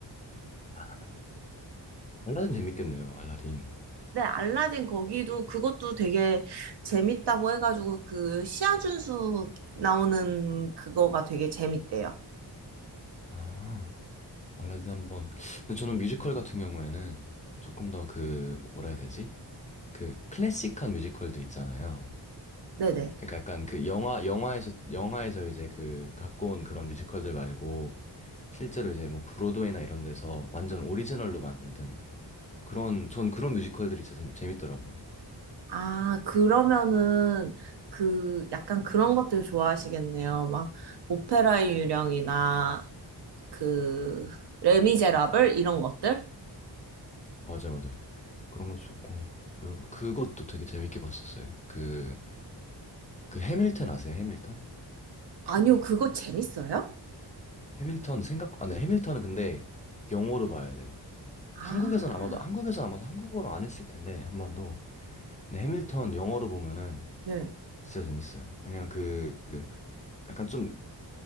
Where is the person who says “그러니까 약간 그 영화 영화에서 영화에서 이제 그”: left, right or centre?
Left